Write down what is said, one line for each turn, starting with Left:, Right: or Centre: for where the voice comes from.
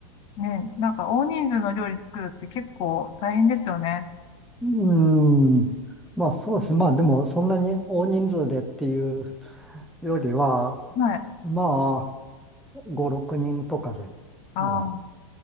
Left: ね、なんか大人数の料理作るって結構大変ですよね。
Centre: うーん。まあそうです。まあでもそんなに大人数でっていうよりは、
Left: はい。
Centre: まあ5、6人とかで、
Left: ああ、
Centre: うん、っ